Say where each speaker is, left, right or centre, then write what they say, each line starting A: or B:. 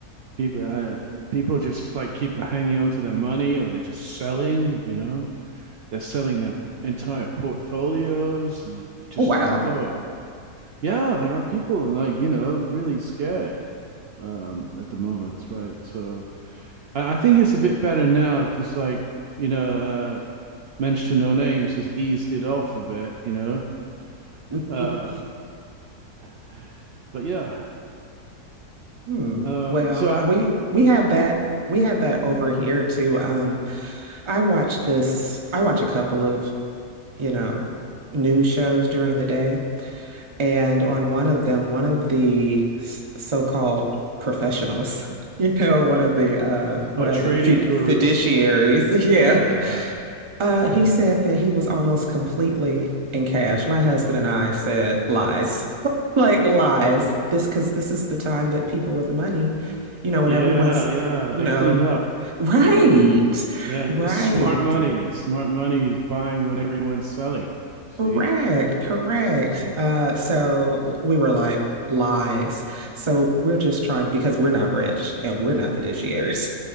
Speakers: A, on the right; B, on the right.
A: people uh, people just like keep hanging on to their money or they're just selling, you know? They're selling their p- entire portfolios and it just
B: oh wow.
A: oh yeah, there are people like you know really scared um at the moment, right? So I, I think it's a bit better now because like you know uh mention no names has eased it off a bit, you know.
B: <laughs>
A: Uh <laughs> but yeah.
B: Hmm.
A: Um
B: Well,
A: so I,
B: we we have that we have that over here too. Um I watch this I watch a couple of, you know, news shows during the day. And on one of them, one of the s- so-called professionals, <laughs> you know, one of the uh what
A: oh, trading
B: are the fid-
A: gurus.
B: fiduciaries, <laughs> yeah.
A: Yeah.
B: Uh he said that he was almost completely in cash. My husband and I said lies. <laughs> Like lies. This because this is the time that people with money, you know,
A: Yeah,
B: when everyone's,
A: yeah,
B: you
A: they
B: know,
A: clean up.
B: right.
A: Yeah. Yeah,
B: Right.
A: it's smart money. Smart money is buying when everyone's selling. See?
B: Correct, correct. Uh, so we were like lies. So we're just trying to, because we're not rich and we're not fiduciaries.